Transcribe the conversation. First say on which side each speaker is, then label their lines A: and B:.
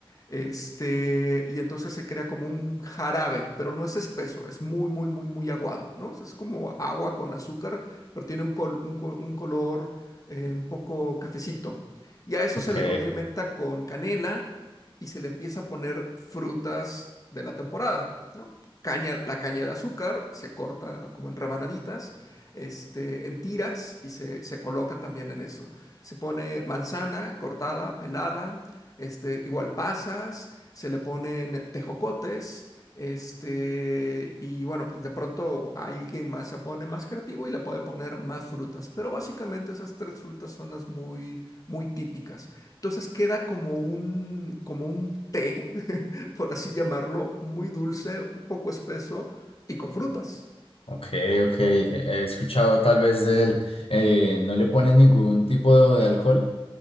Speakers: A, on the left (about 35°); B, on the left (about 75°).
A: Este, y entonces se crea como un jarabe, pero no es espeso, es muy, muy, muy, muy aguado, ¿no? O sea, es como agua con azúcar, pero tiene un, col- un col- un color eh, un poco cafecito. Y a eso
B: Ok,
A: se le condimenta con canela y se le empieza a poner frutas de la temporada, ¿no? Caña, la caña de azúcar se corta como en rebanaditas este, en tiras y se, se coloca también en eso. Se pone manzana cortada, pelada, este, igual pasas, se le ponen tejocotes, este, y bueno, pues de pronto alguien más se pone más creativo y le puede poner más frutas, pero básicamente esas tres frutas son las muy, muy típicas. Entonces queda como un, como un té, <laughs> por así llamarlo, muy dulce, un poco espeso y con frutas.
B: ok, ok. He escuchado tal vez del, eh, no le ponen ningún tipo de, alcohol.